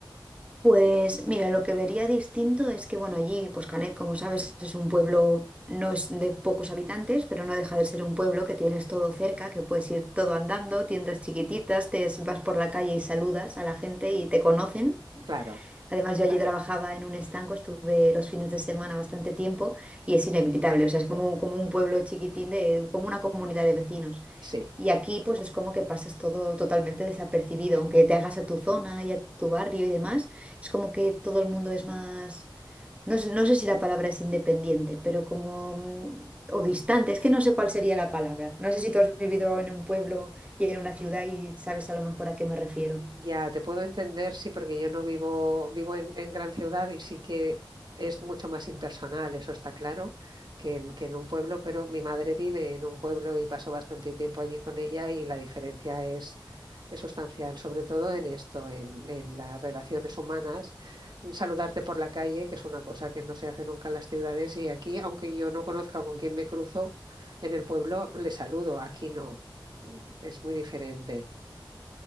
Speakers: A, on the right (about 15°); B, on the right (about 60°).
A: Pues mira, lo que vería distinto es que, bueno, allí, pues Canet, como sabes, es un pueblo, no es de pocos habitantes, pero no deja de ser un pueblo que tienes todo cerca, que puedes ir todo andando, tiendas chiquititas, te es- vas por la calle y saludas a la gente y te conocen.
B: Claro,
A: Además, yo allí trabajaba en un estanco, estuve los fines de semana bastante tiempo y es inevitable, o sea, es como, como un pueblo chiquitín de, como una comunidad de vecinos.
B: sí.
A: Y aquí pues es como que pasas todo totalmente desapercibido, aunque te hagas a tu zona y a tu barrio y demás, es como que todo el mundo es más, no sé, no sé si la palabra es independiente, pero como, mm, o
B: Mm,
A: distante, es que no sé cuál sería la palabra. No sé si tú has vivido en un pueblo y en una
B: mm.
A: ciudad y sabes a lo mejor a qué me refiero.
B: Ya, te puedo entender, sí, porque yo no vivo, vivo en, en gran ciudad y sí que es mucho más impersonal, eso está claro, que en, que en un pueblo, pero mi madre vive en un pueblo y pasó bastante tiempo allí con ella y la diferencia es, es sustancial, sobre todo en esto, en, en las relaciones humanas. Saludarte por la calle, que es una cosa que no se hace nunca en las ciudades y aquí, aunque yo no conozca con quién me cruzo, en el pueblo le saludo, aquí no, Mm, es muy diferente.